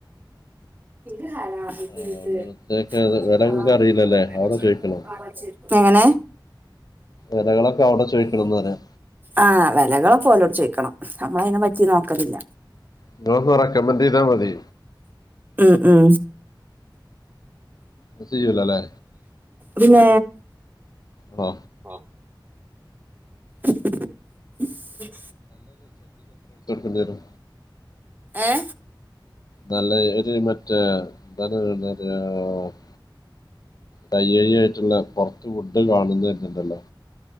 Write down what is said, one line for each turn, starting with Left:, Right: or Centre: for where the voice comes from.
Right: ഇത് ആരാ പിത്ത്
Left: ആഹ്
Right: പിത്ത്
Left: അങ്ങനത്തെയൊക്കെ
Right: <unintelligible>
Left: വില നിങ്ങക്ക് അറിയില്ലല്ലേ അവിടെ ചോദിക്കണം
Right: എങ്ങനെ?
Left: വിലകളൊക്കെ അവിടെ ചോദിക്കണംന്ന് പറയാ
Right: ആ വെലകളൊക്കെ ഓലോട് ചോയ്ക്ക്‌. ക്കണം നമ്മളയ്നെ പറ്റി നോക്കലില്ല.
Left: ഇങ്ങളൊന്ന് റെക്കമെന്റെയ്താ മതി.
Right: മ്മ്
Left: അത് ചെയ്യൂലല്ലേ
Right: പിന്നേ
Left: ആ
Right: ആ <unintelligible>
Left: ണ്ടെരും
Right: ഏ..
Left: നല്ലേ ഒരു മറ്റേന്ത <unintelligible> കയ്യോയിയായിട്ടുള്ള പൊറത്ത് ഫുഡ് കാണുന്ന് വെരിന്ഇണ്ടല്ലോ?